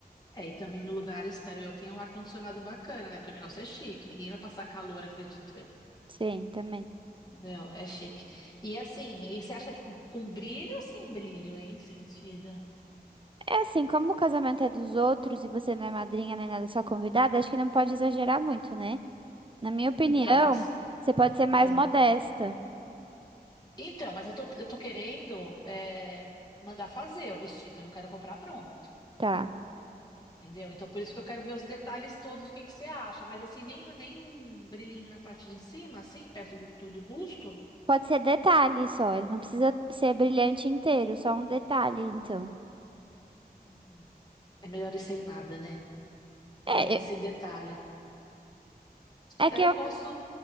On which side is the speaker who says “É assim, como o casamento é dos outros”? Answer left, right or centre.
Right